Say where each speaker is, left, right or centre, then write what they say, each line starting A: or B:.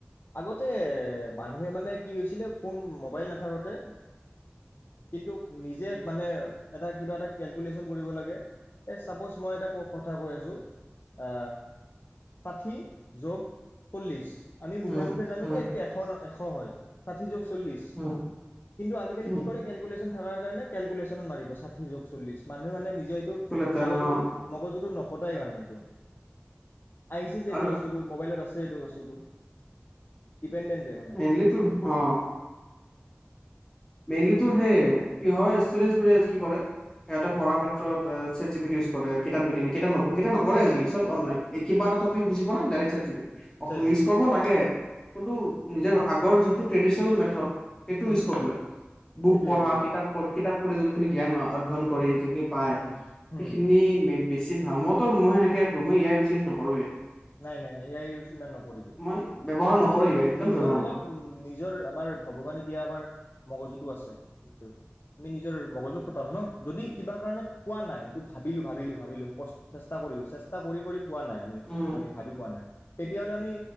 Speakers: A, on the left; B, on the left.
A: আগতে মানুহে মানে কি হৈছিলে ফোন মোবাইল নাথাকোঁতে কিন্তু নিজে মানে এটা কিবা এটা কেলকুলেশ্যন কৰিব লাগে, এই চাপ'জ মই এটা কও কথা কৈ আছো, আ ষাঠি যোগ চল্লিছ আমি মুখে
B: উম
A: মুখে জানো
B: উম
A: যে এইটো এখন এশ হয় হয় ষাঠি যো চল্লিচ
B: উম
A: কিন্তু আজি কালি
B: উম
A: কি কৰে কেলকোলেচ টো থকাৰ কাৰণে কেলকুলেশ্যন মাৰি দিয়ে ষাঠি যোগ চল্লিশ মান মানুহে মানে নিজৰ এইটো
B: কেলকুলেটাৰ
A: মগজুটোৰ
B: অ
A: মগজতো নখটাই মানে এইটো। আহিছে যে এইটো
B: আৰু
A: বস্তুটো মোবাইলত আছে সেইটো বস্তুটো। ডিপেণ্ডেণ্টে মানে
B: এনলি তো অ। মেইনলি তোৰ সেই কি হয়, ষ্টুডেণ্টবোৰে কি কৰে সেহেতে পঢ়াৰ ক্ষেত্ৰত chat G P T use কৰে, কিতাপ নিকনে কিতাপ নপঢ়ে আজিকালি চব অনলাইন। এই কিবা এটা টপিক বুজি পোৱা নাই direct chat G P T ত। অ',
A: chat
B: খ
A: G
B: use
A: P
B: কৰিব
A: T
B: লাগে। ন্তটো নিজৰ আগৰ যোনটো ট্ৰেডিচনেল মেথড এইটো ইউজ
A: উম,
B: কৰিব
A: হুম,
B: লাগে। বুক
A: সেইটোৱে
B: পঢ়া
A: সেইটোৱে
B: কিতাপ পঢ়ি কিতাপ পঢ়ি যোনখিনি জ্ঞান অধ্য়ন কৰি পায়
A: উম,
B: সখিনি
A: হুম।
B: বেছি ভাল মইতো মইহেনেকে মই এ আই বেছি ইউজ নকৰোৱে।
A: নাই নাই এইয়াই ইউজ ইমান নকৰিবি,
B: মই ব্যৱহাৰ নকৰোৱে
A: নিজৰ অলপ
B: একদম
A: নিজৰ
B: ব্যৱহাৰ
A: অলপ
B: নকৰো
A: উ নিজৰ আমাৰ ভগৱানে দিয়া আমাৰ মগজুতটো আছে যিতু আমি নিজৰ মগজু ফটাম ন? যদি কিবা কাৰণত পোৱা নাই সেইটো ভাবিলোঁ, ভাবিলোঁ, ভাবিলোঁ, চেষ্টা কৰিলোঁ চেষ্টা কৰি কৰি পোৱা নাই আমি
B: উম
A: টোৱা নাই তেতিয়াহ'লে আমি